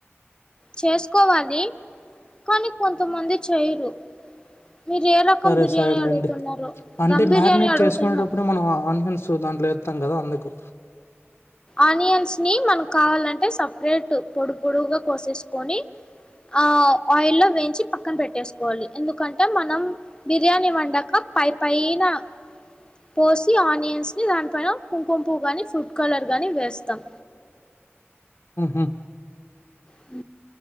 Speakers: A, on the left; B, on the left.
A: చేసుకోవాలి కానీ కొంతమంది చేయరు మీరు ఏ రకం
B: సరే
A: బిర్యానీ
B: సరేలేండి
A: అడుగుతున్నారు
B: అంటే
A: దమ్ బిర్యానీ
B: మ్యాగినేట్
A: అడుగుతున్నారు
B: చేసుకునేటప్పుడు మనం ఆనియన్స్ దాంట్లో త్తం కద అందుకు
A: ఆనియన్స్ ని మనకు కావాలంటే సపరేట్ పొడు పొడుగుగా కోసేసుకొని ఆ ఆయిల్లో వేయించి పక్కన పెట్టేసుకోవాలి ఎందుకంటే మనం బిర్యానీ వండక పై పయినా పోసి ఆనియన్స్ ని దాని పైన కుంకుంపువ్వు గాని ఫుడ్ కలర్ గాని వేస్తం
B: హు హూ
A: హ